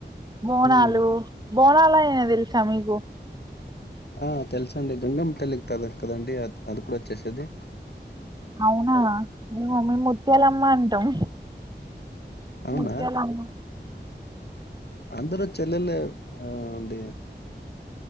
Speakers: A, on the right (about 25°); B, on the left (about 65°).
A: బోనాలు
B: ఉమ్
A: బోనలయినాయ్ తెలుసా మీకు
B: ఆ తెలుసండి గంగమ్ తల్లి కి కద కదండి అప్పుడూ చేసేది
A: అవునా మీ మమ్మీ ముతు ముత్యాలమ్మ అంటాం
B: అవునా
A: ముత్యాలమ్మ
B: అందరు చెల్లెలే ఆ అండి